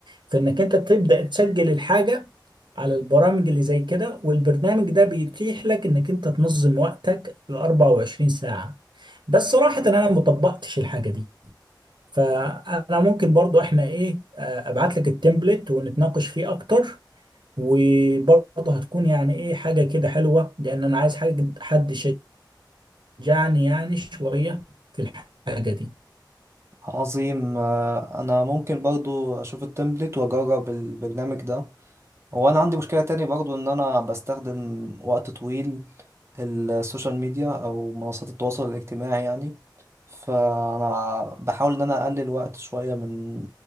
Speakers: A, on the right; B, on the right.
A: فإنك أنت تبدأ تسجل الحاجة على البرامج اللي زي كده والبرنامج ده بيتيح لك إنك أنت تنظم وقتك ل 24 ساعة بس صراحة أنا ما طبقتش الحاجة دي فأنا ممكن برضو إحنا إيه آه، أبعت لك التمبلت ونتناقش فيه أكتر وبرضه هتكون يعني إيه حاجة كده حلوة لأن أنا عايز حاجة حد يشجعني يعني شوية في الحاجة دي
B: عظيم آه، انا ممكن برضو اشوف التمبلت واجرب البرنامج ده هو انا عندي مشكلة تاني برضو ان انا بستخدم وقت طويل السوشيال ميديا او منصات التواصل الاجتماعي يعني فانا بحاول ان انا اقلل وقت شوية من